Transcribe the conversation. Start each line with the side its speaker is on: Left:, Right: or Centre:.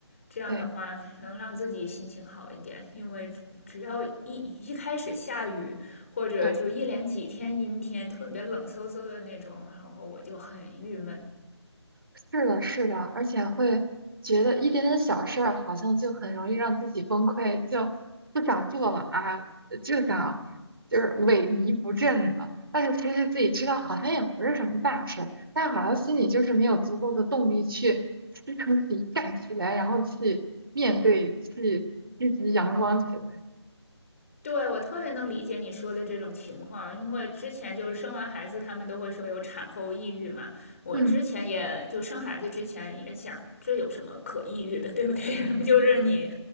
Left: 这样的话能让自己心情好一点，
Right: 对
Left: 因为只只要一一开始下雨，或者就一连几天阴天，
Right: 对，
Left: 特别冷飕飕的那种，然后我就很郁闷。
Right: 是的，是的，而且会觉得一点点小事儿好像就很容易让自己崩溃，就不想做了啊，就想就是萎靡不振了。但是其实自己知道好像也不是什么大事儿，但好像心里就是没有足够的动力去支撑自己干起来，然后去面对，去积极阳光起来。
Left: 对，我特别能理解你说的这种情况，因为之前就是生完孩子，他们都会说有产后抑郁嘛。我之前也就生孩子之前也想，
Right: 嗯
Left: 这有什么可抑郁的，对不对？<laughs> 然后就是你，
Right: 嗯